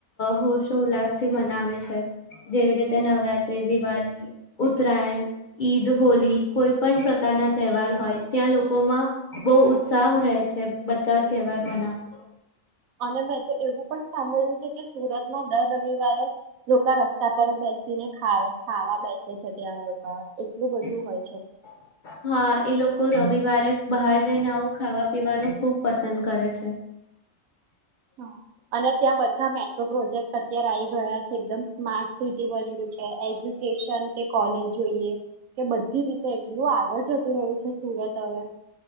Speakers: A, on the left; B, on the right.
A: હોશો ઉલ્લાસ થી મનાવે છે. જેવી રીતે નવરાત્રી, દિવાળી, ઉત્ત ઉત્તરાયણ, ઈદ, હોલી કોઈ પણ પ્રકારના તહેવાર હોય. ત્યાં લોકોમાં બવ ઉત્સાહ રહે છે બધા તહેવાર મનાવાનો.
B: અન મે તો એવું પણ સાંભળ્યું છે કે, સુરત ના ડર રવિવારે લોકા રસ્તા તાપર જ બેસ તે નૈ ખાવે ખાવા બેસે છે. છે ત્યાં લોકા એટલું બધું
A: <unintelligible>
B: હોય
A: હા એ લોકો રવિવારે ને બહાર જઈને આવું ખાવા પીવાનું ખુબ પસંદ કરે છે.
B: હઅ અને ત્યાં બધા મે. તો પ્રોજેક્ટ અત્યારે આવી ગયા છે એકદમ સ્માર્ટ સિટી બની ગયું છે, એજ્યુકેશન કે કોલેજ જોઈએ. કે બધી રીતે પેલું આગળ જતું રહ્યું છે. સુરત આવે